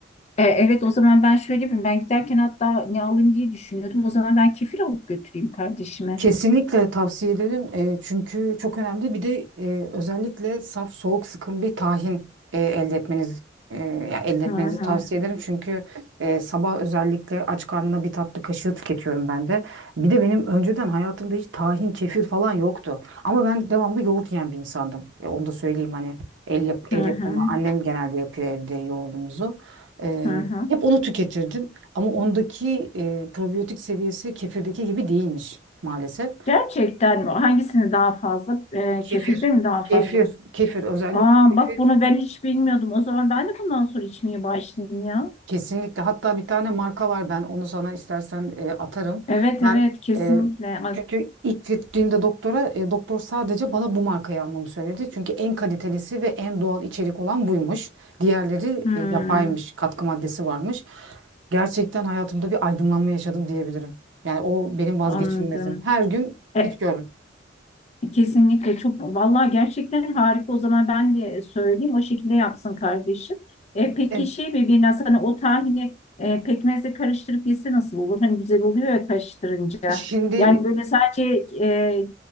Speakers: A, on the left (about 35°); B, on the right (about 80°).
A: E, evet o zaman ben şöyle yapayım. Ben giderken hatta ne alayım diye düşünüyordum. O zaman ben kefir alıp götüreyim kardeşime.
B: Kesinlikle tavsiye ederim. E, çünkü çok önemli. Bir de e, özellikle saf, soğuk, sıkım bir tahin e, elde etmeniz e, ya elde etmenizi
A: Hı hı
B: tavsiye ederim. Çünkü e, sabah özellikle aç karnına bir tatlı kaşığı tüketiyorum ben de. Bir de benim önceden hayatımda hiç tahin, kefir falan yoktu. Ama ben devamlı yoğurt yiyen bir insandım. E, onu da söyleyeyim hani el, yap, el
A: hı hı
B: yapımı. Annem genelde yapıyor evde yoğurdumuzu. E,
A: hı. hı.
B: hep onu tüketirdim. Ama ondaki e, probiyotik seviyesi kefirdeki gibi değilmiş maalesef.
A: Gerçekten mi? Hangisini daha fazla? E,
B: Kefir.
A: kefirde mi daha
B: Kefir.
A: fazla?
B: Kefir özellikle
A: Aa
B: kefir.
A: bak bunu ben hiç bilmiyordum. O zaman ben de bundan sonra içmeye başlayayım ya.
B: Kesinlikle. Hatta bir tane marka var ben onu sana istersen e, atarım.
A: Evet
B: Ben
A: evet kesinlikle.
B: e, çünkü ilk gittiğimde doktora e, doktor sadece bana bu markayı almamı söyledi. Çünkü en kalitelisi ve en doğal içerik olan buymuş. Diğerleri
A: Hmm,
B: e, yapaymış, katkı maddesi varmış. Gerçekten hayatımda bir aydınlanma yaşadım diyebilirim. Yani o benim vazgeçilmezim.
A: anladım.
B: Her gün
A: E,
B: içiyorum.
A: kesinlikle çok vallahi gerçekten harika o zaman ben de söyleyeyim o şekilde yapsın kardeşim. E, peki
B: E,
A: şey mi bir nasıl hani o tahini e, pekmezle karıştırıp yese nasıl olur? Hani güzel oluyor ya karıştırınca.
B: şimdi
A: Yani böyle sadece e,